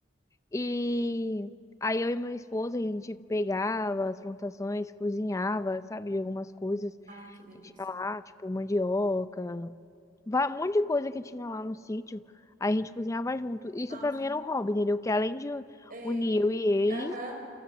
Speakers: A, on the left; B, on the right.
A: e aí eu e meu esposo, a gente pegava as plantações, cozinhava, sabe, de algumas coisas
B: Ah, que delícia.
A: que tinha lá, tipo mandioca, va- um monte de coisa que tinha lá no sítio, aí a gente cozinhava junto. Isso
B: Nossa.
A: pra mim era um hobby, entendeu? Que além de
B: É...
A: unir eu e ele,
B: aham,